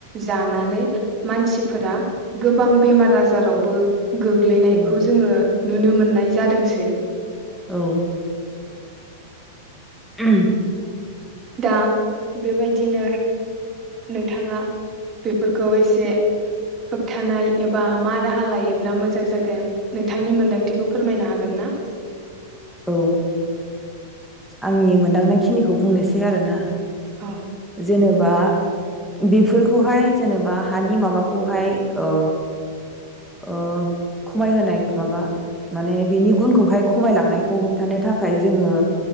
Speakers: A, on the right; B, in the centre.
A: जानानै मानसिफोरा गोबां बेमार आजारावबो गोग्लैनायखौ
B: ओं
A: जोङो। नुनो मोननाय जादोंसै।
B: औ। उम।
A: दा बेबायदिनो नोंथाङा बेफोरखौ एसे होबथानाय एबा मा राहा लायोब्ला मोजां जागोन नोंथांनि मोनदांथिखौ फोरमायनो हागोन ना?
B: औ आंनि मोनदांनाय खिनिखौ बुंनोसै आरोना
A: ओ
B: जेनेबा बेफोरखौहाय जेनेबा हानि माबाखौहाय ओ ओ खमायहोनाय माबा माने बिनि गुनखौहाय खमायलांनायखौ होबथानो थाखाय जोङो